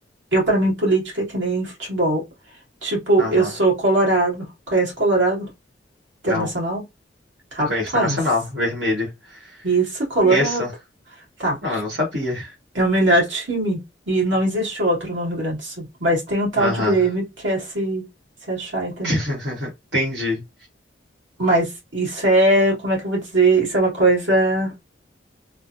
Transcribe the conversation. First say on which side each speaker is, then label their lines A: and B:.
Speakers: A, on the right (about 85°); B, on the right (about 70°).
A: eu, para mim, política é que nem futebol. Tipo,
B: Aham.
A: eu sou Colorado, conhece Colorado Internacional?
B: Não.
A: Capaz.
B: Conheço Internacional, vermelho.
A: Isso, Colorado.
B: Conheço.
A: Tá.
B: Não, mas eu não sabia.
A: É o melhor time. E não existe outro no Rio Grande do Sul. Mas tem um tal
B: Aham.
A: de Grêmio que quer se, se achar, entendeu?
B: <laughs> Entendi.
A: Mas isso é, como é que eu vou dizer? Isso é uma coisa.